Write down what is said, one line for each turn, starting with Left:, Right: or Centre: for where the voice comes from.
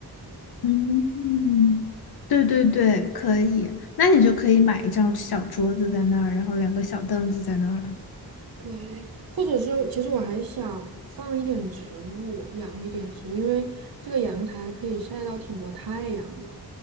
Left: 嗯，对对对，可以。那你就可以买一张小桌子在那儿，然后两个小凳子在那儿了
Right: 对，或者是其实我还想放一点植物，养一点植物，因为这个阳台可以晒到挺多太阳的。